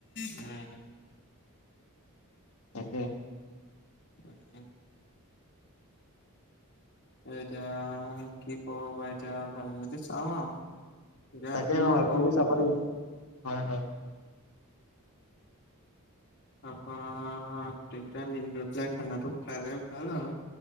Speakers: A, on the left (about 45°); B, on the left (about 75°).
A: উম।
B: তাকে।
A: <inaudible> এতিয়া কি ক‌ও বা এতিয়া ভাবি মেলি চাম আৰু। এতিয়া
B: তাকে
A: ইউৱা
B: অ', ভাবি
A: হওক
B: মেলি চাব লাগিব। হয়, হয়।
A: তাতপা গোটেই কিতাই মিলি লৈ পেলাই খানাটো খালে ভাল আৰু।